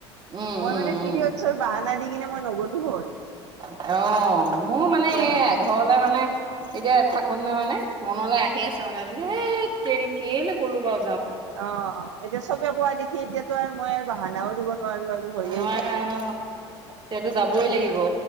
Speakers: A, on the right; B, on the right.
A: উম,
B: মই
A: উম,
B: মানে
A: উম,
B: পিৰিয়ড‌ ছৰ বাহানা দি কিনে মই নগলো হয়।
A: অ মোৰ মানে
B: তেতিয়াহ'লে
A: এই ঘৰলে মানে এতিয়া থাকোন নে মানে মনলৈ আহি আছে মানে ধেই তেৰি কেলে ক'লো বাউ
B: অ এতিয়া চবে কোৱা দেখি এতিয়াতো আৰু মই আৰু বাহানাও দিব, আৰু আৰু হৈয়ে
A: নোৱাৰা
B: উঠিলো
A: অ', এতিয়াতো যাবই লাগিব।